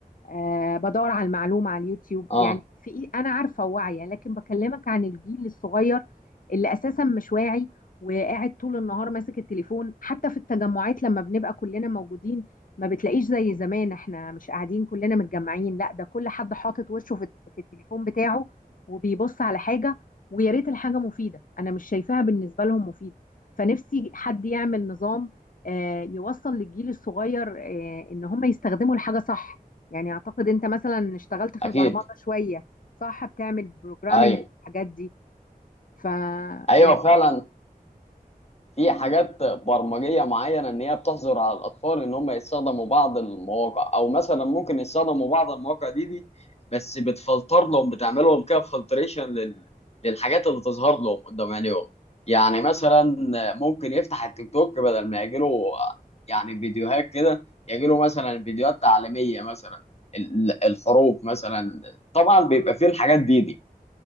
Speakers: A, on the left (about 60°); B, on the left (about 45°).
A: آه بدور على المعلومة على اليوتيوب
B: اه
A: يعني في إيه أنا عارفة واعية لكن بكلمك عن الجيل الصغير اللي أساسا مش واعي وقاعد طول النهار ماسك التليفون حتى في التجمعات لما بنبقى كلنا موجودين ما بتلاقيش زي زمان احنا مش قاعدين كلنا متجمعين لا ده كل حد حاطط وشه في في التليفون بتاعه وبيبص على حاجة ويا ريت الحاجة مفيدة أنا مش شايفاها بالنسبة لهم مفيدة فنفسي حد يعمل نظام آه، يوصل للجيل الصغير آه، إن هم يستخدموا الحاجة صح يعني اعتقد انت مثلا اشتغلت في
B: اكيد
A: البرمجة شوية صح بتعمل بروجرامنج
B: ايوه
A: والحاجات دي ف
B: ايوه
A: يعني
B: فعلا في حاجات برمجيه معينه ان هي بتحظر على الاطفال ان هم يستخدموا بعض المواقع او مثلا ممكن يستخدموا بعض المواقع دي دي بس بتفلتر لهم بتعمل لهم كده فلتريشن لل... للحاجات اللي تظهر لهم قدام عينيهم يعني مثلا ممكن يفتح التيك توك بدل ما يجيله يعني فيديوهات كده يجيله مثلا فيديوهات تعليميه مثلا ال- الحروف مثلا طبعا بيبقى فيه الحاجات دي دي